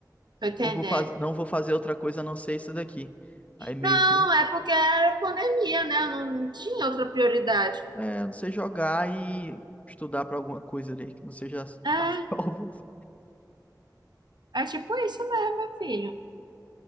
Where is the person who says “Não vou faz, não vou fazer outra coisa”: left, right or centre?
Left